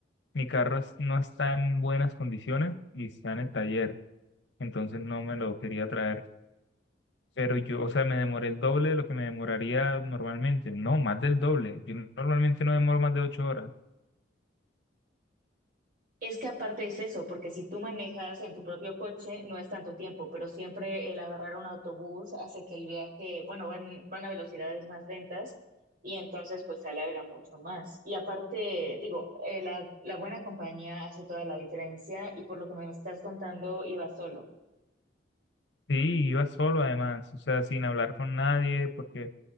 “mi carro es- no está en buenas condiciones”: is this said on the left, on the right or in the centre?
Left